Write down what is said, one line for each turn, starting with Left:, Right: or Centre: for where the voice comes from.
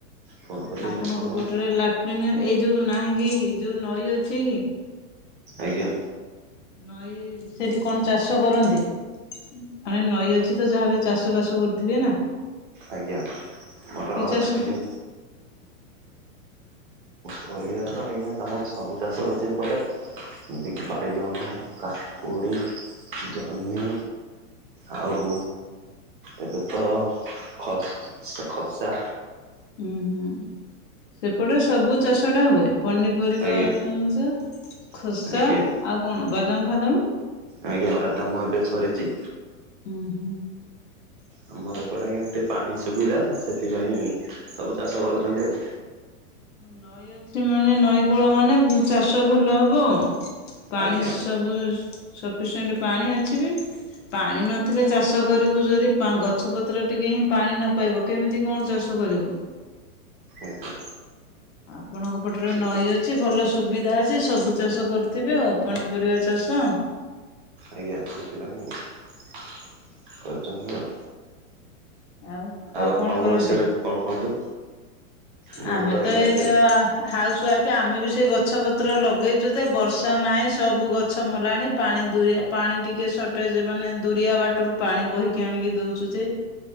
Right: ଫୋନ କଲି
Left: ଆପଣଙ୍କ
Right: ଆପଣଙ୍କୁ
Left: ପଟରେ ଲାଟ୍ରିନ୍ ଏଇ ଯୋଉ ନାହିଁ କି ଯୋଉ ନଈ ଅଛି କି?
Right: ଆଜ୍ଞା।
Left: ନଈ ସେଠି କଣ ଚାଷ କରନ୍ତି? ଆମେ ନଈ ଅଛି ତ ଯାହା ହେଲେ ଚାଷ ବାସ କରୁଥିବେ ନା।
Right: ଆଜ୍ଞା ଆମର
Left: କି ଚାଷ
Right: ଏଠି ପରିବା ତ ଆଜ୍ଞା ଆମର ସବୁ ଚାଷ ହଉଛି ଏପଟେ। ଯେମିତିକି ବାଇଗଣ କାକୁଡ଼ି ଜହ୍ନି ଆଉ ଏବେ ତ ଖ ଖସା
Left: ଉୁଁ ହୁଁ ସେପଟେ ସବୁ ଚାଷ ଟା ହୁଏ ପନିପରିବା
Right: ଆଜ୍ଞା
Left: ଜା ଖୋସା
Right: ଆଜ୍ଞା।
Left: ଆଉ କଣ ବାଦାମ ଫାଦାମ?
Right: ଆଜ୍ଞା ବାଦାମ ଏବେ ସରିଛି।
Left: ହୁଁ ହୁଁ
Right: ଆମର ଏପଟେ ଆଜ୍ଞା ଟିକେ ପାଣି ସୁବିଧା ସେଥିପାଇଁ ସବୁ ଚାଷ କରୁଛନ୍ତି ଆଉ
Left: ନଈ ଅଛି ମାନେ ନଈକୂଳ ମାନେ ଚାଷ ଭଲ ହବ ଆଉ। ପାଣି
Right: ଆଜ୍ଞା
Left: ସବୁ ସଫିସିଏଣ୍ଟ ପାଣି ଅଛି ବି ପାଣି ନଥିଲେ ଚାଷ କରିବୁ ଯଦି ଗଛପତ୍ର ଟିକେ ପାଣି ନ ପାଇବ କେମିତି କଣ ଚାଷ କରିବୁ।
Right: ଆଜ୍ଞା।
Left: ଆପଣଙ୍କ ପଟରେ
Right: ସେଥି
Left: ନଈ ଅଛି ଭଲ ସୁବିଧା ଅଛି ସବୁ ଚାଷ କରୁଥିବେ ଆଉ ପନିପରିବା ଚାଷ। ଆଛ
Right: ଆଜ୍ଞା ସେଥିପାଇଁ କରୁଛନ୍ତି ଆଉ।
Left: ଆଉ ଆଉ
Right: ଆପଣଙ୍କ
Left: କଣ କରନ୍ତି?
Right: ବିଷୟରେ କଣ କୁହନ୍ତୁ ମୁଁ
Left: ଆମେ
Right: ଆଜ୍ଞା
Left: ତ ଏଇତ
Right: ଏବେ
Left: ଆ ହା ଆଉ ସ ଆମେ ବି ସେ ଗଛ ପତ୍ର ଲଗେଇଛୁ ଯେ ବର୍ଷା ନାହିଁ ସବୁ ଗଛ ମଲାଣି ପାଣି ଦୁରିଆ ପାଣି ଟିକେ ସର୍ଟେଜ ମାନେ ଦୁରିଆ ବାଟରୁ ପାଣି ବୋହିକି ଆଣିକି ଦଉଛୁ ଯେ